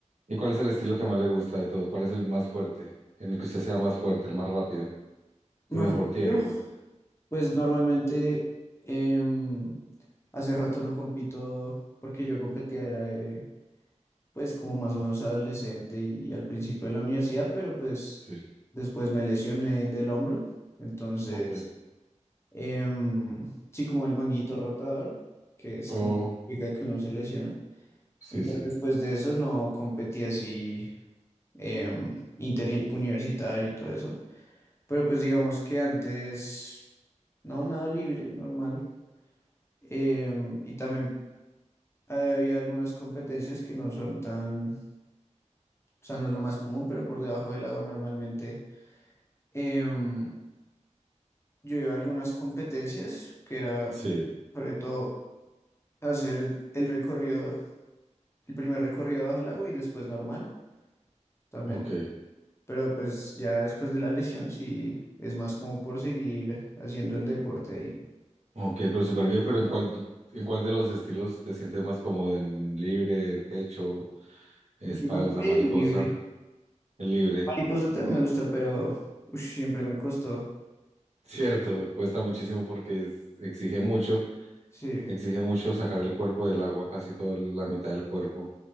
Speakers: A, on the right; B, on the left.
A: ¿Y cuál es el estilo que más le gusta de todos? ¿Cuál es el más fuerte? En el que usted sea más fuerte, el más rápido,
B: Más
A: el mejor
B: rápido,
A: tiempo.
B: pues normalmente em, hace rato no compito porque yo competía, era eh, pues como más o menos adolescente y al principio de la universidad, pero pues
A: Sí,
B: después me lesioné del hombro, entonces
A: ok.
B: Em, sí, como el manguito rotador, que es
A: Oh,
B: como la liga que uno se lesiona.
A: sí,
B: Entonces,
A: sí,
B: después de eso no competí así em, interuniversitario y todo eso. Pero pues digamos que antes, no, nada libre, normal. Em, y también había algunas competencias que no son tan, o sea, no es lo más común, pero por debajo del agua normalmente. em, yo iba a algunas competencias que era
A: sí,
B: sobre todo hacer el recorrido El primer recorrido bajo el agua y después normal también.
A: ok.
B: Pero pues ya después de la lesión sí es más como por seguir haciendo el deporte ahí.
A: Ok, pero súper bien, pero ¿en cuál, en cuál de los estilos te sientes más cómodo? ¿En libre, pecho, espalda,
B: Yo creo que
A: mariposa?
B: libre.
A: En libre.
B: Mariposa también me gusta, pero ush, siempre me costó.
A: <laughs> Cierto, cuesta muchísimo porque es- exige mucho,
B: Sí.
A: exige mucho sacar el cuerpo del agua, casi toda la mitad del cuerpo.